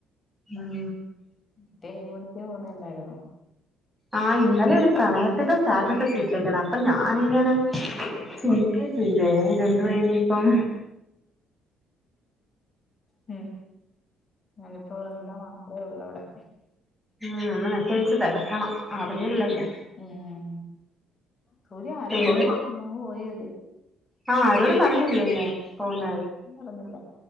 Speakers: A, in the centre; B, on the left.
A: ഉം
B: റ്റേ ഏഴ് മണിക്ക് പോകുന്നല്ലായിര്ന്നോ
A: ആ ഇന്നലെ ഒരു പ്രണയത്തിന്റെ സ്റ്റാറ്റസ് ഒക്കെ ഇട്ടക്കാണ് അപ്പൊ ഞാാനിങ്ങനെ
B: ആ
A: ചിന്തിക്കുകയും ചെയ്ല്ലേ ഇത്ന്തുനിപ്പം
B: മം അതിപ്പോ എന്താ അതേ ഉള്ള അവിടെ
A: ഉം നമ്മസേച്ചച്ച് തിരക്കണം അറിഞ്ഞില്ലല്ലോ
B: എം സൂര്യ ആരോട
A: പിന്നെ
B: പറഞ്ഞില്ല പോയത്
A: ആഹ് ആരോടും പറഞ്ഞില്ലല്ലേ പോന്ന
B: ഉം പറഞ്ഞില്ല